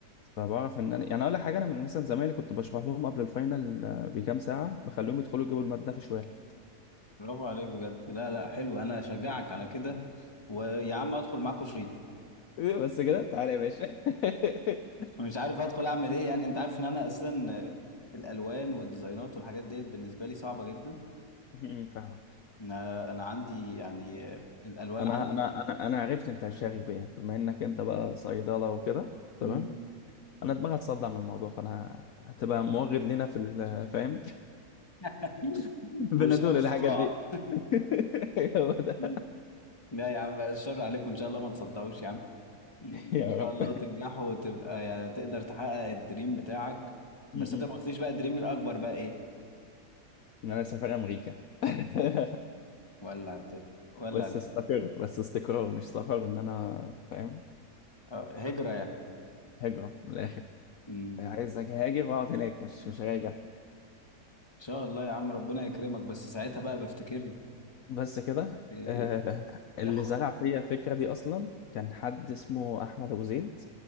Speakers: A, on the left; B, on the left.
A: فبعرف ان انا يعني اقول لك حاجه انا من مثلا زمايلي كنت بشرح لهم قبل الفاينل آه، بكام ساعه بخليهم يدخلوا يجيبوا الماده في شوال
B: برافو عليك بجد لا لا حلو انا اشجعك على كده ويا عم ادخل معاكوا شريك
A: <laughs> بس كده تعالى يا باشا <laughs>
B: مش عارف ادخل اعمل ايه يعني انت عارف ان انا اساسا آه، الالوان والديزاينات والحاجات ديت بالنسبه لي صعبه جدا
A: م- م، فاهمك
B: انا انا عندي يعني آه، الالوان
A: انا
B: عندي
A: انا انا انا عرفت انت شاغب بيه بما انك انت بقى صيدله وكده تمام
B: مم.
A: انا دماغي هتصدع من الموضوع فانا هتبقى موجد لنا في ال- فاهم
B: <laughs>
A: <laughs> بنادول
B: برشام الصداع
A: الحاجات دي <laughs> هو ده
B: مم. لا يا عم بقى الشر عليكم ان شاء الله ما تصدقوش يا عم مم.
A: يا
B: ان شاء
A: رب
B: الله تنجحوا وتبقى يعني تقدر تحقق الدريم بتاعك بس
A: م-م.
B: انت ما قلتليش بقى الدريم الاكبر بقى ايه
A: ان انا سافر امريكا <laughs>
B: ولا الدنيا ولا
A: بس
B: الدنيا.
A: استقر بس استقرار مش سفر ان انا فاهم
B: آه، هجره يعني
A: هجرة من الاخر
B: مم. ان
A: عايز هاجر واقعد هناك مش مش راجع
B: شاء الله يا عم ربنا يكرمك بس ساعتها بقى بفتكرني
A: <laughs> بس كده
B: إيه،
A: آه، اللي
B: خد
A: زرع فيا الفكرة دي اصلا كان حد اسمه احمد ابو زيد